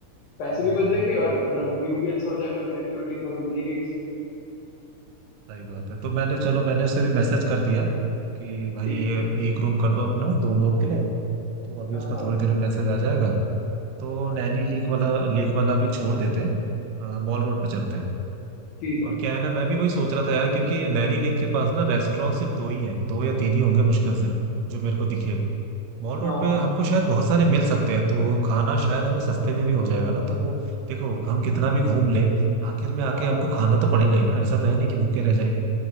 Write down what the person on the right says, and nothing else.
हम्म।
सही बात है तो मैंने चलो मैंने उसे भी मैसेज कर दिया कि भाई
ये
एक रूम कर दो अपना दो लोगों के लिए तो अभी
उसका
थोड़ी देर में मैसेज आ जाएगा तो नैनी लेक वाला लेक वाला भी छोड़ देते हैं मॉल रोड पे चलते हैं
और
क्या है ना मैं भी वही सोच रहा था यार क्योंकि नैनी लेक के पास ना रेस्टोरेंट सिर्फ दो ही हैं दो या तीन ही होंगे मुश्किल से जो मेरे को दिखे मॉल रोड
पे
हमको शायद बहुत सारे मिल सकते हैं तो खाना शायद हमें सस्ते में भी हो जाएगा ना तो वो देखो हम कितना भी घूम ले आखिर में आके
हमको खाना तो पड़ेगा ही ना ऐसा तो है नहीं कि भूखे रह जाएंगे